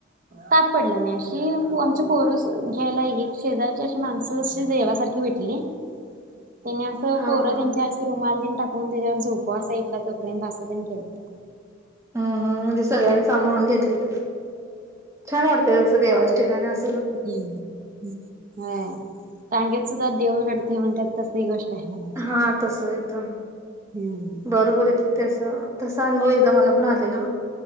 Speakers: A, on the right; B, on the right.
A: ताप पडलं नाही अशी तू आमची पोरस घ्यायला ही शेजारची अशी माणसं जशी देवासारखी भेटली.
B: <inaudible>
A: त्यांनी असं
B: हा
A: पोरं
B: हा
A: त्यांच्या असं रुमाल दिन टाकून त्याच्यावर झोपं असा प्रेम पासून ते केलत
B: हम्म हम्म म्हणजे सगळ्यांनी सांभाळून घेतलेलं. छान वाटतेयसं देवाच ठिकाणी अस
A: हम्म ह रांगेत सुद्धा देव रडते म्हणतात तस ही गोष्ट आहे म्हणायची.
B: हा तस एकदम
A: हम्म
B: बरोबर आहे तस तस अनुभव एकदा मला आलेला